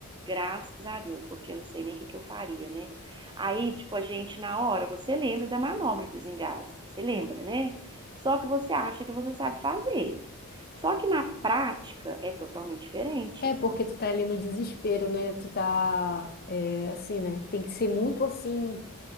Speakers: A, on the right (about 20°); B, on the left (about 45°).
A: Graças a Deus, porque eu não sei nem o que, que eu faria, né? Aí, tipo, a gente, na hora, você lembra da manobra de desengasgo, você lembra, né? Só que você acha que você sabe fazer. Só que na prática é totalmente diferente.
B: É porque tu tá ali no desespero, né? Tu tá é, assim, né? Tem que ser muito assim